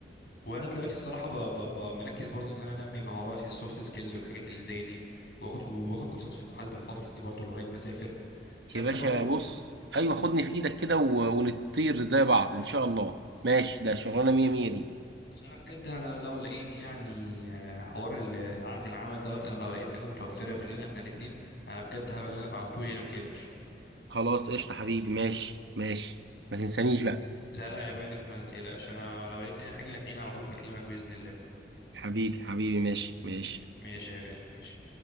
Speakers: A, on the left; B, on the right.
A: وانا دلوقتي الصراحه ب... ب... ب... مركز برضو ان انا انمي مهاراتي السوفت سكيلز والحاجات اللي زي دي واخد كو- واخد كورسات في المحاسبه الفتره دي برضو لغايه ما اسافر فانت
B: يا باشا
A: برضو
B: بص ايوه خدني في ايدك كده و- ونطير زي بعض ان شاء الله ماشي ده شغلانة مية مية دي
A: بص انا بجد انا لو لقيت يعني آه، حوار ال- العقد العمل دوت انا لو لقيت حاجه متوفره بيننا احنا الاثنين انا بجد هبلغك على طول يعني ما تقلقش
B: خلاص قشطة حبيبي ماشي ماشي ما تنسانيش بقى
A: لا لا عيب عليك ما تقلقش انا لو لقيت اي حاجه هتلاقيني على طول بكلمك باذن الله
B: حبيبي حبيبي ماشي ماشي
A: ماشي يا غالي ماشي